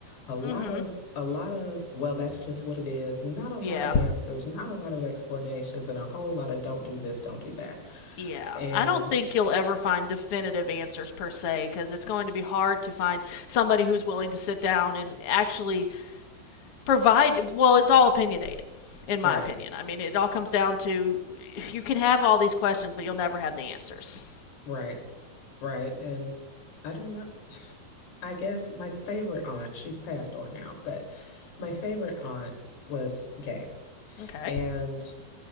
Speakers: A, on the left (about 85°); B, on the left (about 55°).
A: a lot
B: mm mhm.
A: of a lot of well, that's just what it is, not a lot
B: Yeah.
A: of answers, not a lot of explanations and a whole lot of don't do this, don't do that.
B: Yeah.
A: And
B: I don't think you'll ever find definitive answers per se because it's going to be hard to find somebody who's willing to sit down and actually provide well it's all opinionated in my
A: right,
B: opinion i mean it all comes down to you can have all these questions but you'll never have the answers
A: right, right. And I don't know. <sighs> I guess my favorite aunt, she's passed on now, but my favorite aunt was gay.
B: okay
A: And